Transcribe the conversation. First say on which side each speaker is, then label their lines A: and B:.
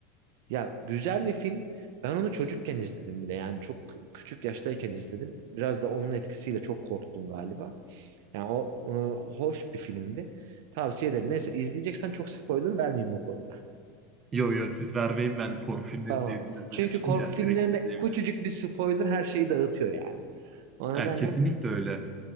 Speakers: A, on the right (about 70°); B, on the right (about 25°).
A: Ya güzel bir film. Ben onu çocukken izledim bile. Yani çok küçük yaştayken izledim. Biraz da onun etkisiyle çok korktum galiba. Yani o e, hoş bir filmdi. Tavsiye ederim. Neyse izleyeceksen çok spoiler vermeyeyim o konuda.
B: Yo yo siz vermeyin ben korku filmleri
A: Tamam.
B: sevdiğimi de söylemiştim
A: Çünkü korku
B: ya
A: filmlerinde
B: direkt izleyebilirim.
A: küçücük bir spoiler her şeyi dağıtıyor yani. O nedenle
B: Yani kesinlikle öyle.